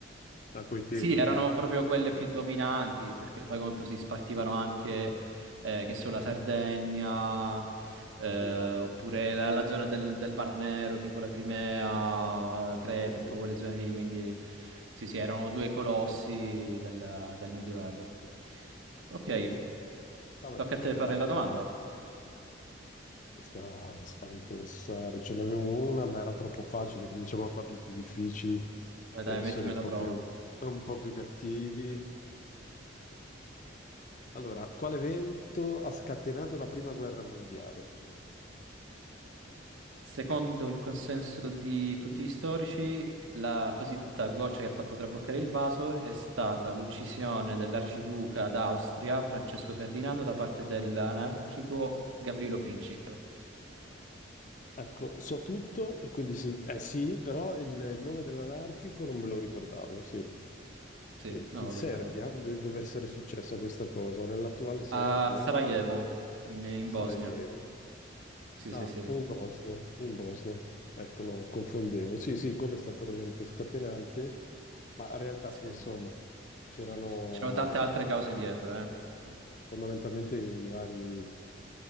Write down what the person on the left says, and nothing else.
a quei tempi.
Sì, eh.
Mhm.
Eh, eh. Va bene,
vai.
Questa mi fa pensare, ce n'avevo una, ma era troppo facile, cominciamo a farle più difficili.
e
essere
un
po'
più, un po' più cattivi. No, troppo- Allora, quale evento ha scatenato la prima guerra mondiale?
<laughs>
Ecco, so tutto, quindi sì, eh sì, però il, il nome dell'anarchico non me lo ricordavo, sì.
Sì,
in
Serbia
de-
dove
essere successa questa cosa, nell'attuale Serbia,
a Sarajevo.
Ah,
in Bosnia, in Bosnia. Ecco, no, confondevo. Sì, sì, quello è stato l'evento scatenante. Ma in realtà
poi insomma c'erano
fondamentalmente i vari,